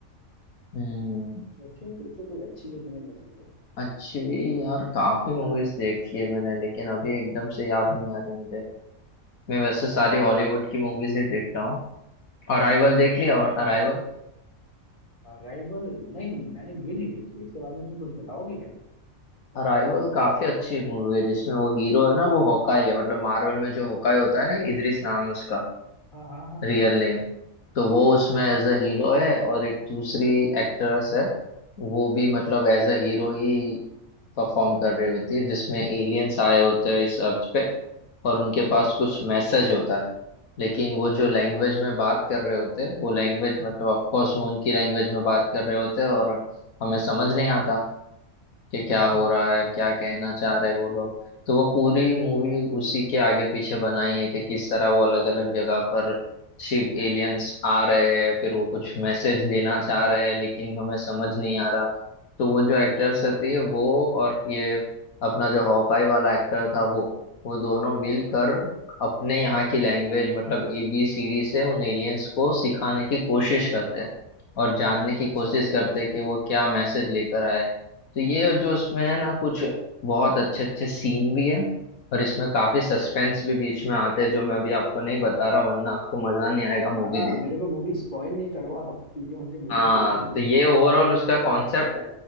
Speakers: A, on the left; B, on the left.
A: हम्म
B: सोचो सोचो कोई अच्छी जो तुम्हें पसंद हो
A: अच्छी यार काफी मूवीज देखी है मैंने लेकिन अभी एकदम से याद नहीं आ रही मुझे मैं वैसे सारी हॉलीवुड की मूवीज ही देखता हूँ अराइवल देख ली अराइवल
B: और राइवल नहीं नहीं मैंने ये नहीं देखी है इसके बारे में तुम कुछ बताओगे क्या
A: अराइवल काफी अच्छी मूवी है जिसमें वो हीरो है ना वो होकाई है मतलब मार्वल में जो होकाई होता है ना इद्रिस नाम है उसका
B: हाँ हाँ हाँ
A: रियल
B: हाँ
A: नेम तो वो उसमें
B: हाँ हाँ
A: एज अ हीरो है और एक दूसरी एक्ट्रेस है वो भी मतलब एज अ हीरो ही परफॉर्म कर रही होती है जिसमें एलियंस आए होते हैं इस अर्थ पे और उनके पास कुछ मैसेज होता है लेकिन वो
B: अच्छा
A: जो लैंग्वेज में बात कर रहे होते हैं वो लैंग्वेज मतलब ऑफ कोर्स वो उनकी लैंग्वेज में बात कर रहे होते हैं और हमें समझ नहीं आता कि क्या
B: हम्म
A: हो
B: हम्म
A: रहा है क्या कहना चाह रहे वो लोग तो वो पूरी मूवी
B: हाँ।
A: उसी के आगे पीछे बनाई है कि किस तरह वो अलग अलग जगह पर शिप एलियंस आ रहे हैं फिर वो कुछ मैसेज देना चाह रहे हैं लेकिन हमें समझ नहीं आ रहा तो वो जो एक्टर्स रहती है वो और ये अपना जो हॉकाई वाला एक्टर था वो वो दोनों मिलकर अपने यहाँ की लैंग्वेज मतलब ए बी सी डी से उन एलियंस को सिखाने की कोशिश करते हैं और जानने
B: अच्छा
A: की
B: अच्छा
A: कोशिश
B: शुरुआत
A: करते
B: से
A: हैं कि वो क्या मैसेज लेकर आए तो ये जो इसमें
B: अच्छा
A: है ना कुछ बहुत अच्छे अच्छे सीन भी है और इसमें काफी सस्पेंस भी बीच में आते हैं जो मैं अभी आपको नहीं बता
B: हम्म।
A: रहा हूँ वरना आपको मजा नहीं आएगा
B: ना
A: मूवी
B: ना
A: देखने
B: मेरे को मूवी स्पॉइल नहीं करो आप क्योंकि मुझे मूवी
A: हाँ
B: देखनी
A: तो
B: है
A: ये ओवरऑल उसका कॉन्सेप्ट है